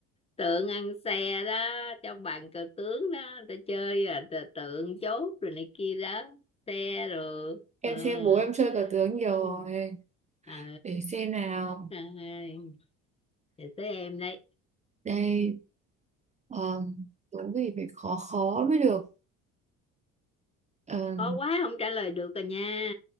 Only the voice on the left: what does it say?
tượng ăn xe đó trong bàn cờ tướng đó người ta chơi là t- tượng chốt rồi này kia đó xe rồi
à.
ừ à.
Ai, Giờ tới em đây
khó quá không trả lời được rồi nha